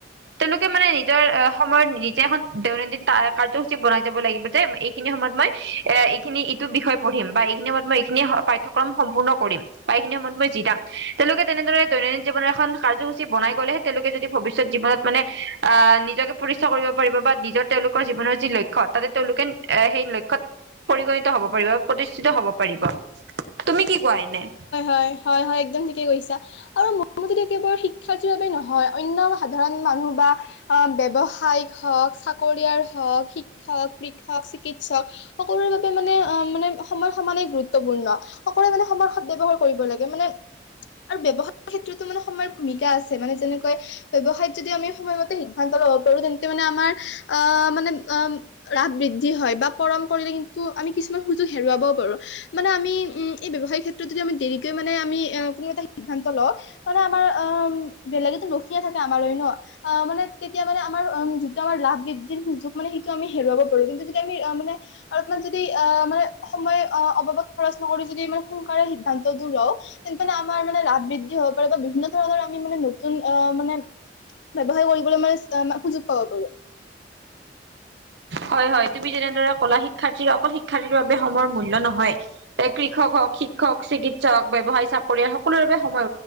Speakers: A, on the right (about 75°); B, on the left (about 80°).
A: তেওঁলোকে মানে নিজৰ সময়ত নিজে এখন দৈনন্দিন কাৰসূচী বনাই যাব লাগিব যে এইখিনি সময়ত মই এ এইখিনি ইটো বিষয় পঢ়ম বা এইখিনি সময়ত মই এইখিনি পাঠ্যক্ৰম সম্পূৰ্ণ কৰিম বা এইখিনি সময়ত মই জিৰাম তেওঁলোকে তেনেদৰে দৈনন্দিন জীৱনৰ এখন কাৰ্যসূচী বনাই গ'লেহে তেওঁলোকে যদি ভবিষ্যত জিৱনত মানে আহ নিজকে প্ৰতিষ্ঠা কৰিব পাৰিব বা নিজৰ তেওঁলোকৰ জীৱনৰ যি লক্ষ্য তাতে তেওঁলোকে এ সেই লক্ষ্যত পৰিগণিত হব পাৰিব, প্ৰতিষ্ঠিত হব পাৰিব তুমি কি কোৱা এনে
B: হয় হয় হয় একদম। থিকে কৈছা আৰু মোৰ মতে কেৱল শিক্ষাৰ্থীৰ বাবে নহয় অন্য সাধাৰণ মানুহ। অ ব্যৱসায়িক হওঁক চাকৰিয়াৰ হওঁক শিক। শিক্ষক, কৃষক, চিকিৎসক। সকলোৰে
A: <unintelligible>
B: বাবে মানে অ মানে সময়ৰ সমানে গুৰুত্বপূৰ্ণ সকলোৱে মানে সময় সদব্যৱহাৰ কৰিব লাগে মানে। আৰু ব্যয়ৱসায় ক্ষেত্ৰতো মানে সময়ৰ ভূমিকা আছে মানে যেনেকৈ ব্যৱসায়ত যদি আমি সময়মতে। সিদ্ধান্ত ল'ব পাৰো তেন্তে মানে আমাৰ আহ মানে লাভ বৃদ্ধি হয় বা পলম কৰিলে। কিন্তু আমি কিছুমান সুযোগ হেৰুৱাব পাৰো মানে আমি উম এই ব্যৱসায়িক ক্ষেত্ৰত যদি আমি দেৰিকৈ মানে আমি। এ কোনো এটা সিদ্ধান্ত লও তাৰমানে আমাৰ অ বেলেগেতো লখিয়ে থাকে আমাৰ লৈ ন মানে। তেতিয়া মানে আমাৰ যিটো আমাৰ লাভ বৃদ্ধিৰ সুযোগ মানে সেইটো আমি হেৰুৱাব পাৰো কিন্তু যতিয়া আমি মানে। যদি অ মানে সময় অবাবত খৰচনকৰোঁ যদি মানে সোনকাকে সিদ্ধান্তটো লওঁ তেন্তে। আমাৰ মানে লাভ বৃদ্ধি হব পাৰে বা বিভিন্ন ধৰণৰ আমি মানে নতুন অ মানে ব্যৱসায় কৰি। বলে মানে সুযোগ পাব পাৰো।
A: হয় হয় তুমি যেনেদৰে কলা শিক্ষাৰ্থীৰ অকল শিক্ষাৰ্থীৰ বাবে সময়ৰ মূল্য নহয় যে কৃষক হওঁক,। শিক্ষক, চিকিৎসক, ব্যৱসায়, চাকৰিয়াল সকলোৰে বাবে সময়